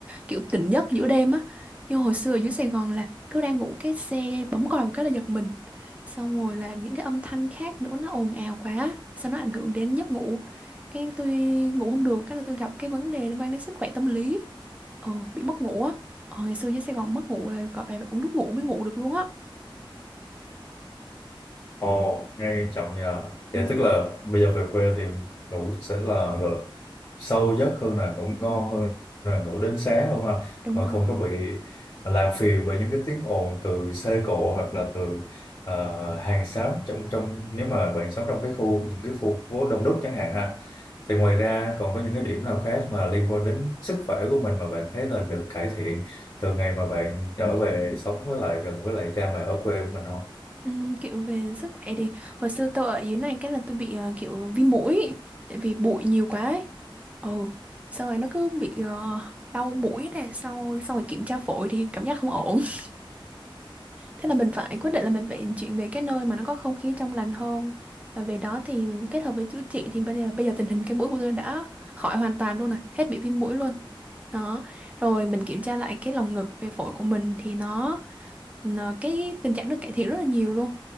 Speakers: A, on the right (about 15°); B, on the left (about 40°).
A: kiểu tỉnh giấc giữa đêm á Nhưng hồi xưa ở dưới Sài Gòn là cứ đang ngủ cái xe bấm còi một cái là giật mình Xong rồi là những cái âm thanh khác nữa nó ồn ào quá Sao nó ảnh hưởng đến giấc ngủ Cái tôi ngủ không được, cái là tôi gặp cái vấn đề liên quan đến sức khỏe tâm lý Ờ, bị mất ngủ á. Ờ, ngày xưa dưới Sài Gòn mất ngủ là gọi về uống thuốc ngủ mới ngủ được luôn á.
B: Ồ, nghe nghiêm trọng nhờ. Vậy
A: Ừ.
B: tức là bây giờ về quê thì ngủ sẽ là gọi là sâu giấc hơn là ngủ
A: Ừ,
B: ngon hơn là ngủ đến sáng luôn ha.
A: đúng
B: Mà
A: rồi.
B: không có bị làm phiền bởi những cái tiếng ồn từ xe cộ hoặc là từ ờ, hàng xóm trong trong nếu mà bạn sống trong cái khu những cái khu phố đông đúc chẳng hạn ha.
A: Ừ.
B: Thì ngoài ra còn có những cái điểm nào khác mà liên quan đến sức khỏe của mình mà bạn thấy là được cải thiện từ ngày mà bạn trở về sống với lại gần với lại cha mẹ ở quê mình không?
A: Ừ, kiểu về sức khỏe thì hồi xưa tôi ở dưới này cái là tôi bị ờ, kiểu viêm mũi tại vì bụi nhiều quá ấy. Ừ, xong rồi nó cứ bị ờ, đau mũi này xong rồi, xong rồi kiểm tra phổi thì cảm giác không ổn. <laughs> Thế là mình phải quyết định là mình phải chuyển về cái nơi mà nó có không khí trong lành hơn. Và về đó thì kết hợp với chữa trị thì bây giờ bây giờ tình hình cái mũi của tôi đã khỏi hoàn toàn luôn này, hết bị viêm mũi luôn. Đó, rồi mình kiểm tra lại cái lồng ngực về phổi của mình thì nó nó- cái tình trạng được cải thiện rất là nhiều luôn.